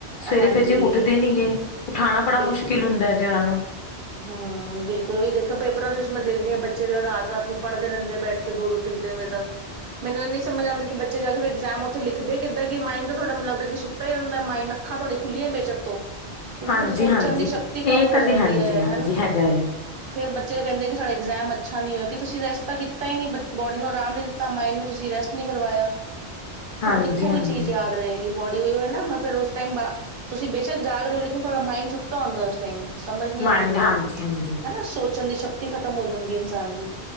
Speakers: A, on the left (about 55°); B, on the right (about 55°).
A: ਸਵੇਰੇ
B: ਹਾਂਜੀ,
A: ਫੇਰ ਜੀ ਉੱਠਦੇ ਨੀ ਗੇ ਉਠਾਉਣਾ ਬੜਾ
B: ਬਿਲਕੁਲ।
A: ਮੁਸ਼ਕਿਲ ਹੁੰਦਾ ਹੈ ਜੇ ਉਹਨਾਂ ਨੂੰ,
B: ਹੂੰ, ਬਿਲਕੁਲ ਉਹੀ ਦੇਖਿਆ ਪੇਪਰਾਂ ਦੇ ਵਿੱਚ ਮੈਂ ਦੇਖਦੀ ਹਾਂ ਬੱਚੇ ਜਿਹੜਾ ਰਾਤ ਰਾਤ ਨੂੰ ਪੜ੍ਹਦੇ ਰਹਿੰਦੇ ਆ ਬੈਠ ਕੇ ਦੋ ਦੋ ਤਿੰਨ ਤਿੰਨ ਵਜੇ ਤੱਕ, ਮੈਨੂੰ ਇਹ ਨੀ ਸਮਝ ਆਉਂਦੀ ਬੱਚੇ ਜਾ ਕੇ ਫਿਰ ਇਗਜ਼ਾਮ ਉੱਥੇ ਲਿਖਦੇ ਕਿਦਾਂ ਕਿ ਮਾਈੰਡ ਤੁਹਾਡੇ ਨੂੰ ਲੱਦਾ ਕਿ ਤਾ ਹੀ ਰਹਿੰਦਾ ਮਾਈਡ ਅੱਖਾਂ ਤੁਹਾਡੀਆਂ ਖੁੱਲ੍ਹੀਆਂ ਬੇਸ਼ੱਕ ਤੋਂ ਲੇਕਿਨ
A: ਹਾਂਜੀ
B: ਤੁਹਾਡੀ ਸੋਚਣ
A: ਹਾਂਜੀ
B: ਦੀ ਸ਼ਕਤੀ ਕੰਮ
A: ਇਹ
B: ਹੋ
A: ਤਾਂ
B: ਜਾਂਦੀ
A: ਜੀ ਹਾਂਜੀ
B: ਹੈ।
A: ਹਾਂਜੀ ਹੈਗਾ ਹੈ
B: ਫੇਰ ਬੱਚੇ ਕਹਿੰਦੇ ਕਿ ਸਾਡਾ ਇਗਜ਼ਾਮ ਅੱਛਾ ਨਹੀਂ ਹੋਇਆ ਕਿ ਤੁਸੀਂ ਰੈਸਟ ਤਾਂ ਕੀਤਾ ਹੀ ਨਹੀਂ ਬੋਡੀ ਨੂੰ ਆਰਾਮ ਨਹੀਂ ਦਿੱਤਾ, ਤਾਂ ਮਾਇੰਡ ਨੂੰ ਤੁਸੀਂ ਰੈਸਟ ਨ ਕਰਵਾਇਆ ਤੁਹਾਨੂੰ
A: ਹਾਂਜੀ
B: ਕਿੱਥੋਂ
A: ਹਾਂਜੀ
B: ਕੋਈ ਚੀਜ਼ ਯਾਦ ਰਹੇਗੀ। ਬੋਡੀਈ ਨਾ ਫਿਰ ਉਸ ਟ ਤੁਸੀਂ ਬੇਸ਼ੱਕ ਜਾ ਰਹੇ ਹੋੇਨ ਤੁਹਾਡਾ ਮੰਡ ਆਂਦਾ ਉਸ ਟਾਈਮ ਸਮਝ ਨਹੀਂ
A: ਮਾਇੰਡ
B: ਆਂਦੀ
A: ਹਾਂਜੀ ਹਾਂਜੀ
B: ਹਨਾ ਸੋਚਣ ਦੀ ਸ਼ਕਤੀ ਖ਼ਤਮ ਹੋ ਜਾਂਦੀ ਇਨਸਾਨ ਦੀ